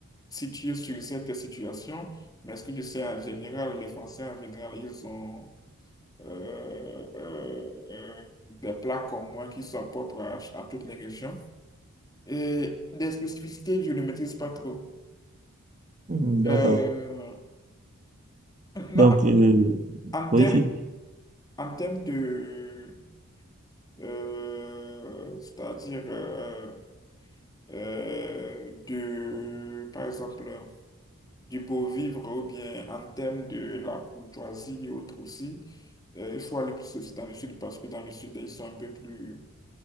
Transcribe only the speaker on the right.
Hmm, D'accord.
Donc, euh,
oui,
tu-